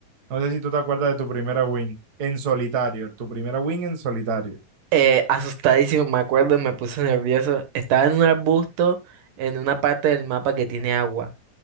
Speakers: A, on the right (about 40°); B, on the right (about 75°).
A: No sé si tú te acuerdas de tu primera win en solitario, tu primera win en solitario.
B: Eh, asustadísimo, me acuerdo, me puse nervioso. Estaba en un arbusto en una parte del mapa que tiene agua.